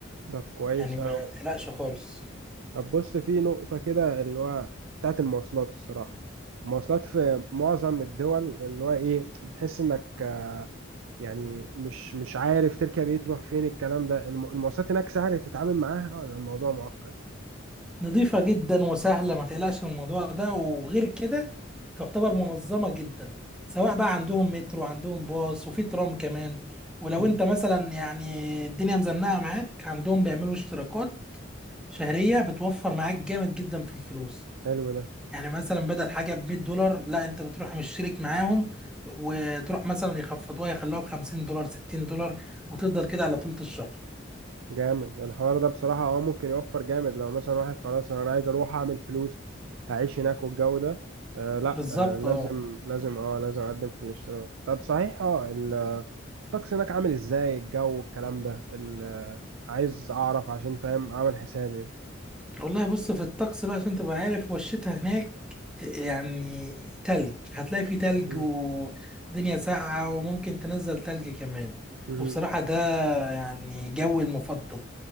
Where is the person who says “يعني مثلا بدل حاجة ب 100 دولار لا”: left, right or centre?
Centre